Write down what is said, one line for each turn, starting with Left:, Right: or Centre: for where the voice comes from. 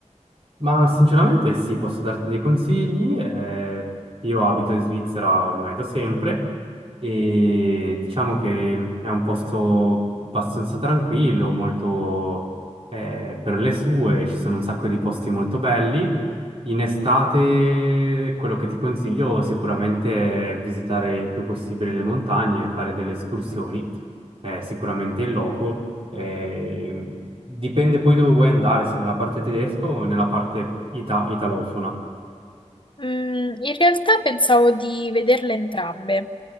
Right: ma sinceramente sì, posso darti dei consigli. eh, io abito in Svizzera ormai da sempre e diciamo che è un posto abbastanza tranquillo, molto eh, per le sue, ci sono un sacco di posti molto belli. In estate quello che ti consiglio sicuramente è visitare il più possibile le montagne, e fare delle escursioni eh, sicuramente in loco. eh, dipende poi dove vuoi andare, se nella parte tedesca o nella parte ita- italofona.
Left: Mm, in realtà pensavo di vederle entrambe,